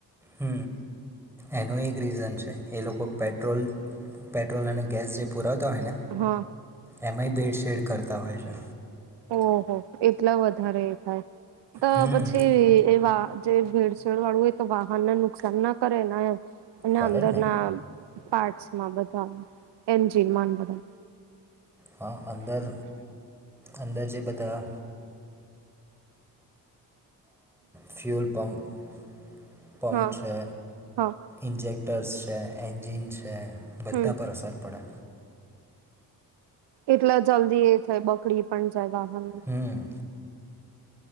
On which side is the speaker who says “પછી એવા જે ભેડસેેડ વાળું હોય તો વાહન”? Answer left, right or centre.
Right